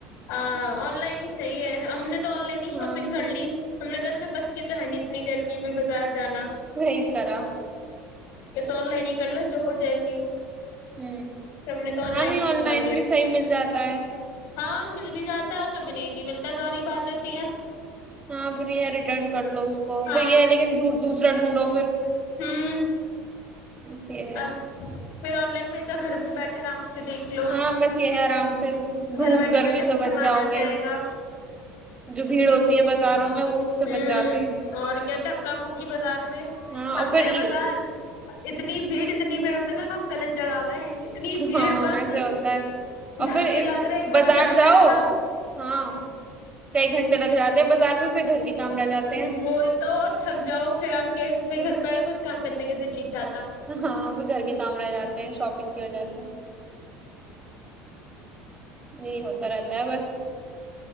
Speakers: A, on the left; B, on the right.
A: ہاں آن لائن ہی صیح ہے ہم نے تو آن لائن ہی شاپنگ
B: ہاں
A: کر لی ہم نے کہ تھا نا بس کی تو ہے ن اتنی گرمی میں بازار جانا
B: صحیح کرا
A: پیسا لائین کر لو جو ہو جیسی ہو
B: ہ
A: پھر ہم نے تو
B: ہاں
A: لائن
B: نہیں
A: ہی
B: آن
A: منگا
B: لائن
A: لیے
B: بھی صحیح مل جاتا ہے
A: ہاں مل بھی جاتا ہے اور کبھی نہیں بھی ملتا دوننی بات ہوتی ہیں
B: ہاں ب ہے ریٹرن کر لو اس کو
A: ہاں
B: پھر یہ ہے لیکن دوسرا ڈھونڈو فھر <unintelligible>
A: ہوں
B: اھ ہے
A: اب
B: <unintelligible>
A: پھر آن لائن میں تو گھرہ بیٹھے آرام سے دیکھ لو
B: ہاں بس یہ ہے آرام سے دھوپ
A: گھر بیٹھے
B: گرمی
A: بیٹھے سامان
B: سے بچ جاؤ
A: آ جائے
B: گے
A: گا
B: جو بھیڑ ہوتی بازاروں میں وہ اس سے
A: ہ
B: بچ جاتے ہیں
A: اور کیا دھکا مکی بازار میں
B: ہاں
A: ہم
B: اور پھر
A: گئے
B: یہ-
A: بازار اتنی بھیڑ اتنی بیڑم لگا ہم لط جگہ گئے ہیں اتنی بھیڑ
B: ہاں
A: بس
B: ایسے ہوتا ہے اور
A: دھکے
B: پھر
A: لگ رہے کبھی
B: بازار
A: ادھر سے
B: جاؤ
A: دھکا
B: ہاں کئی گھنٹے تک جاتے ہیں بازار میں پھر گھر کے کام رہ جاتے
A: وہی
B: ہیں
A: تو تھک جاؤ پھر آ کے پھر گھر پہ آئی کچھ کام کرنے کےے چاہ
B: ہاں آپ گھر کے رہ جاتے ہیں شاپنگ کی وجہ سے نہیں ہوتا رہتا ہے بس